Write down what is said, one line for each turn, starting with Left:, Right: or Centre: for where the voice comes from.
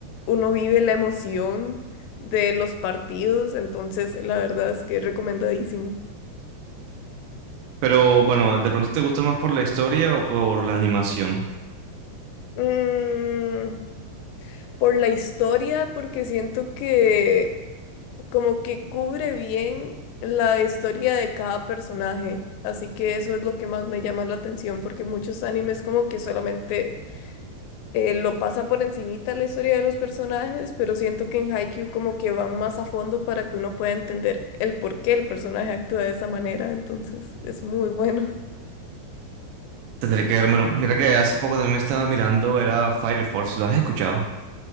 Left: uno vive la emoción de los partidos, entonces la verdad es que es recomendadísimo.
Right: Pero bueno, ¿de pronto te gusta más por la historia o por la animación?
Left: Mm, por la historia, porque siento que como que cubre bien la historia de cada personaje. Así que eso es lo que más me llama la atención, porque muchos animes como que solamente eh, lo pasa por encimita la historia de los personajes, pero siento que en Haikyuu como que van más a fondo para que uno pueda entender el por qué el personaje actúa de esa manera, entonces es muy bueno. <laughs>
Right: Tendré que vérmelo. Mira que hace poco también estaba mirando, era Fire Force, ¿lo has escuchado?